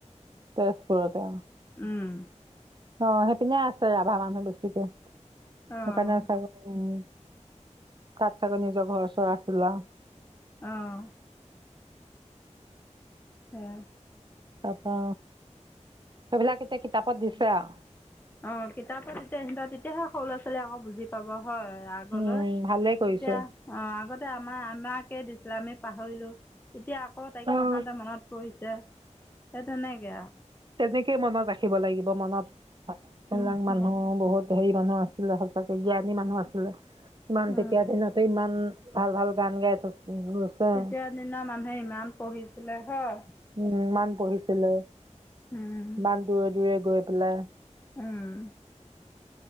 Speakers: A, on the right (about 40°); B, on the left (about 15°).
A: <unintelligible> <unintelligible>
B: উম
A: অ সেইপিনে আছে ৰাভা মানুহ বেছিকে।
B: অহ
A: <unintelligible> তাত চাগৈ নিজৰ ঘৰ চৰ আছিলে আউ।
B: অহ হম
A: তাৰপা সেইবিলাক এতিয়া কিতাপত দিছে আৰু
B: অ কিতাপত তেতিয়া তেতিয়াহে সৰু লৰা ছোৱালীয়ে আকৌ বুজি পাব। হয় আগলৈ
A: উম,
B: তেতিয়া
A: ভালেই কৰিছে।
B: অ আগতে আমাৰ আমাকে দিছিল আমি পাহৰিলোঁ। এতিয়া আকৌ তাইক
A: অ',
B: পঢ়াতে মনত পৰিছ। তে হে তেনেকে আ।
A: তেনেকে মনত ৰাখ। ৰাখিব লাগিব মনত এইবিলাক
B: উম
A: মানুহ
B: উম
A: বহুত হেৰি মানুহ আছিলে সঁচাকে জ্ঞানী মানুহ আছিলে। ইমান
B: উম
A: তেতিয়া দিনতেই ইমান ভাল ভাল গান গাই থৈছ উম গৈছে
B: তেতিয়াৰ দিনৰ মানুহে ইমান পঢ়িছিলে হয়।
A: উম ইমান পঢ়িছিলে
B: উম,
A: ইমান দূৰে দূৰে গৈ পেলাই।
B: উম